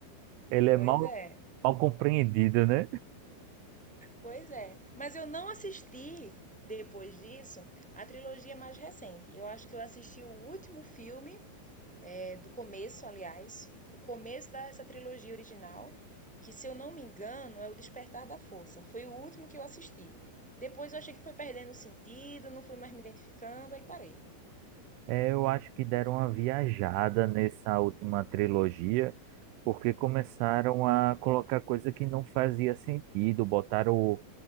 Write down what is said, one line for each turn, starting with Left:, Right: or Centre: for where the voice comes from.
Right: Ele é
Centre: Pois
Right: mal
Centre: é.
Right: mal compreendido, né?
Centre: Pois é. Mas eu não assisti, depois disso, a trilogia mais recente. Eu acho que eu assisti o último filme, é, do começo, aliás, o começo dessa trilogia original, que se eu não me engano é o Despertar da Força. Foi o último que eu assisti. Depois eu achei que foi perdendo sentido, não fui mais me identificando, aí parei.
Right: É, eu acho que deram uma viajada nessa última trilogia. Porque começaram a colocar coisa que não fazia sentido, botaram